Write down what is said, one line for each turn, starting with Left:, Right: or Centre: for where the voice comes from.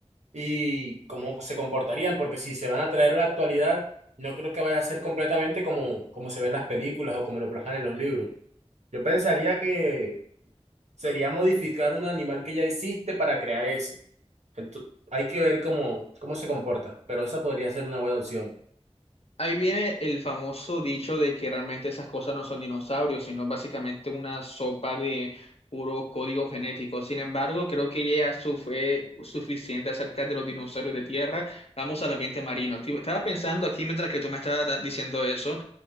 Right: y cómo se comportarían, porque si se van a traer a la actualidad, no creo que vaya a ser completamente como, como se ven las películas o como lo plasman en los libros. Yo pensaría que sería modificar un animal que ya existe para crear ese. Entonces, hay que ver cómo, cómo se comporta, pero esa podría ser una buena opción.
Left: Ahí viene el famoso dicho de que realmente esas cosas no son dinosaurios, sino básicamente una sopa de puro código genético. Sin embargo, creo que ya su fue suficiente acerca de los dinosaurios de tierra. Vamos al ambiente marino. Estu- Estaba pensando aquí mientras que tú me estabas da- diciendo eso.